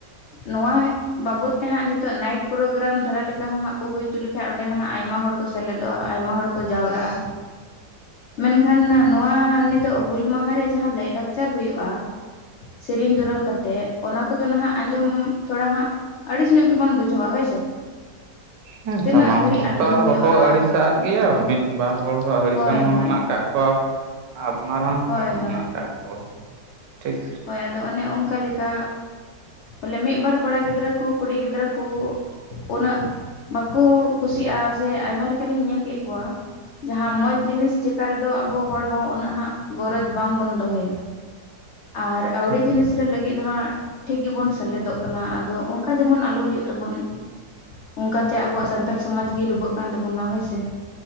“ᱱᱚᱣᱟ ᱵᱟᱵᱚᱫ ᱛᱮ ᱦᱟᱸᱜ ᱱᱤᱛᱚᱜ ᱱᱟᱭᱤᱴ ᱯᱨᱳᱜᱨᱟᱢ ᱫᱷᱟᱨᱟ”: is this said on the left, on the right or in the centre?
Left